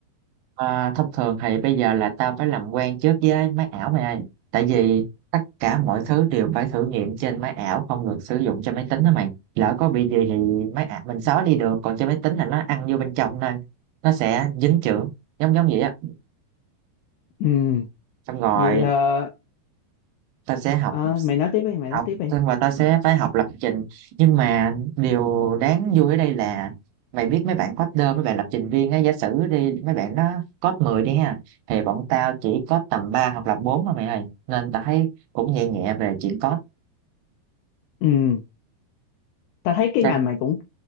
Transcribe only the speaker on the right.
À, thông thường thì bây giờ là tao phải làm quen trước với máy ảo mày ơi tại vì tất cả mọi thứ đều phải thử nghiệm trên máy ảo không được sử dụng trên máy tính đó mày lỡ có bị gì thì máy ảo mình xóa đi được còn trên máy tính là nó ăn vô bên trong nên nó sẽ dính chưởng giống giống vậy á
xong rồi
tao sẽ học
học
xong rồi ta sẽ phải học lập trình nhưng mà điều đáng vui ở đây là mày biết mấy bạn coder mấy bạn lập trình viên á giả sử đi mấy bạn nó code 10 đi ha thì bọn tao chỉ code tầm 3 hoặc là 4 thôi mày ơi nên tao thấy cũng nhẹ nhẹ về chuyện code
Ra-